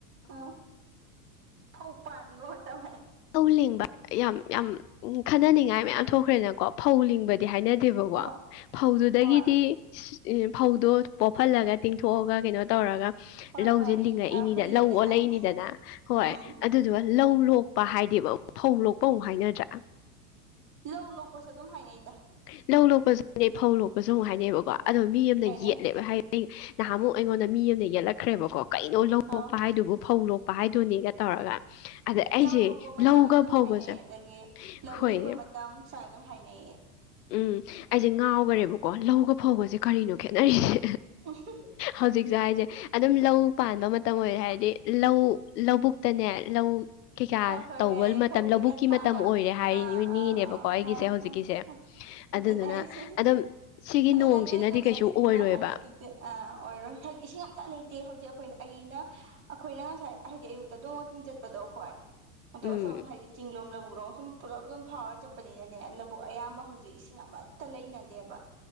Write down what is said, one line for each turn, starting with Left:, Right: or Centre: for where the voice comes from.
Right: ꯎꯝ ꯐꯧ ꯄꯥꯟꯕ ꯃꯇꯝ
Left: ꯇꯧꯕ ꯌꯥꯝ ꯌꯥꯝ ꯈꯟꯅꯅꯤꯡꯉꯥꯏ ꯃꯌꯥꯝ ꯊꯣꯛꯈ꯭ꯔꯦꯅꯀꯣ ꯐꯧ ꯂꯤꯡꯕꯗꯤ ꯍꯥꯏꯅꯗꯦꯕꯀꯣ
Right: ꯍꯣꯏ
Left: ꯐꯧꯗꯨꯗꯒꯤꯗꯤ
Right: ꯍꯣꯏ
Left: ꯐꯧꯗꯣ ꯄꯣꯞꯍꯜꯂꯒ ꯇꯤꯡꯊꯣꯛꯑꯒ ꯀꯩꯅꯣ ꯇꯧꯔꯒ
Right: ꯍꯣꯏ
Left: ꯂꯧꯁꯦ
Right: ꯍꯣꯏ
Left: ꯂꯤꯡꯉꯛꯏꯅꯤꯗ
Right: ꯍꯨꯜꯂꯤꯗꯅ
Left: ꯂꯧ ꯑꯣꯜꯂꯛꯏꯅꯤꯗꯅ
Right: ꯎꯝ
Left: ꯍꯣꯏ
Right: ꯎꯝ
Left: ꯑꯗꯨꯗꯨꯒ ꯂꯧ ꯂꯣꯛꯄ ꯍꯥꯏꯗꯦꯕ ꯐꯧ ꯂꯣꯛꯄ ꯑꯃꯨꯛ ꯍꯥꯏꯅꯗ꯭ꯔꯥ
Right: ꯂꯧ ꯂꯣꯛꯄꯁꯨ ꯑꯗꯨꯝ ꯍꯥꯏꯅꯩꯗ
Left: ꯂꯧ ꯂꯣꯛꯄꯁꯨ ꯍꯥꯏ ꯐꯧ ꯂꯣꯛꯄꯁꯨ ꯑꯃꯨꯛ ꯍꯥꯏꯅꯩꯕꯀꯣ ꯑꯗꯣ ꯃꯤ ꯑꯃꯅ
Right: ꯍꯥꯏꯅꯩ
Left: ꯌꯦꯠꯂꯦꯕ ꯍꯥꯏ ꯅꯍꯥꯟꯃꯨꯛ ꯑꯩꯉꯣꯟꯗ ꯃꯤ ꯑꯃꯗ ꯌꯦꯠꯂꯛꯈ꯭ꯔꯦꯕꯀꯣ ꯀꯩꯅꯣ ꯂꯧ
Right: ꯑꯧ
Left: ꯂꯣꯛꯄ ꯍꯥꯏꯗꯨꯕꯨ ꯐꯧ ꯂꯣꯛꯄ ꯍꯥꯏꯗꯨꯅꯦ ꯇꯧꯔꯒ ꯑꯗ ꯑꯩꯁꯦ
Right: ꯂꯧ ꯂꯣꯛꯄ ꯃꯇꯝ
Left: ꯂꯧꯒ
Right: ꯑꯗꯨꯝ
Left: ꯐꯧꯒꯁꯦ
Right: ꯍꯥꯏꯅꯩꯌꯦ ꯑꯗꯒꯤ ꯂꯧ
Left: ꯍꯣꯏ
Right: ꯂꯤꯡꯕ ꯃꯇꯝ ꯁꯨꯃꯥꯏꯅ ꯑꯗꯨꯝ ꯍꯥꯏꯅꯩꯌꯦ
Left: ꯎꯝ ꯑꯩꯁꯦ ꯉꯥꯎꯒꯔꯦꯕꯀꯣ ꯂꯧꯒ ꯐꯧꯕꯁꯦ ꯀꯔꯤꯅꯣ ꯈꯦꯠꯅꯔꯤꯁꯦ
Right: <unintelligible>
Left: ꯍꯧꯖꯤꯛꯁꯦ ꯍꯥꯏꯁꯦ ꯑꯗꯨꯝ ꯂꯧ ꯄꯥꯟꯕ ꯃꯇꯝ ꯑꯣꯏꯔꯦ ꯍꯥꯏꯗꯤ ꯂꯧ ꯂꯧꯕꯨꯛꯇꯅꯦ ꯂꯧ ꯀꯩꯀꯥ
Right: ꯍꯣꯏ ꯍꯣꯏ
Left: ꯇꯧꯕ
Right: ꯍꯣꯏ
Left: ꯃꯇꯝ
Right: ꯐꯧ ꯀꯩꯀꯥ
Left: ꯂꯧꯕꯨꯛꯀꯤ
Right: ꯊꯥꯕ
Left: ꯃꯇꯝ ꯑꯣꯏꯔꯦ ꯍꯥꯏꯅꯤꯡꯉꯤꯅꯦꯕꯀꯣ
Right: ꯑꯥ ꯑꯥ
Left: ꯑꯩꯒꯤꯁꯦ
Right: ꯑꯥ ꯍꫭ ꯍꫭ
Left: ꯍꯧꯖꯤꯛꯀꯤꯁꯦ
Right: ꯍꫭ ꯂꯨꯀꫭꯛꯂꯥꯅ
Left: ꯑꯗꯨꯗꯨꯅ
Right: ꯑꯩꯁꯦ
Left: ꯑꯗꯨꯝ ꯁꯤꯒꯤ
Right: ꯑꯗꯨ
Left: ꯅꯣꯡꯁꯤꯅꯗꯤ
Right: ꯅꯪꯅ ꯑꯩꯉꯣꯟꯗꯪ
Left: ꯀꯩꯁꯨ
Right: ꯉꯁꯤ ꯑꯗꯨꯃꯥꯏꯅ
Left: ꯑꯣꯏꯔꯣꯏꯕ
Right: ꯍꯥꯏꯔꯤꯗꯨꯗꯦ ꯑ ꯑꯣꯏꯔꯣꯏ ꯍꯥꯏꯗꯤ ꯏꯁꯤꯡ ꯑꯇ ꯂꯩꯇꯦ ꯍꯧꯖꯤꯛ ꯑꯩꯈꯣꯏꯅ ꯑꯩꯅ ꯑꯩꯈꯣꯏꯅ ꯉꯁꯥꯏ ꯍꯥꯏꯗꯤ ꯑꯌꯨꯛꯇ ꯑꯗꯨꯝ ꯋꯥꯀꯤꯡ ꯆꯠꯄꯗꯣꯈꯣ ꯑꯈꯣꯏ ꯑꯗꯣ
Left: ꯎꯝ
Right: ꯑꯁꯣꯝ ꯍꯥꯏꯗꯤ ꯆꯤꯡꯂꯣꯝ ꯂꯧꯕꯕꯨꯛ ꯂꯣ ꯁꯨꯝ ꯄꯨꯜꯂꯞ ꯑꯗꯨꯝ ꯐꯥꯎꯔ ꯆꯠꯄꯅꯤꯅꯅꯦ ꯂꯧꯕꯨꯛ ꯑꯌꯥꯝꯕ ꯍꯧꯖꯤꯛ ꯏꯁꯤꯡ ꯑꯃꯠꯇ ꯂꯩꯅꯗꯦꯕ